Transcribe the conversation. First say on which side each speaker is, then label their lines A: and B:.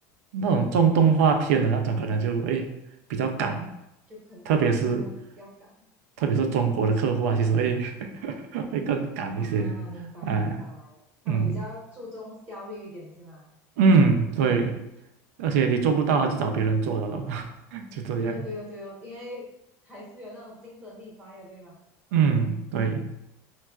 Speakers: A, on the right; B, on the right.
A: 那种种动画片的那种可能就会比较赶，
B: 就可能要要要改
A: 特别是特别是中国的客户啊，其实会 <laughs> 会更赶一些
B: 啊，明白明白，
A: 啊。
B: 他们比较注重效率一点是吗？
A: 嗯嗯，对，而且你做不到，他就找别人做了咯，
B: 哇，
A: <laughs> 就这样。
B: 对哦对哦对哦，因为还是有那种竞争力在的，对吗？
A: 嗯，对，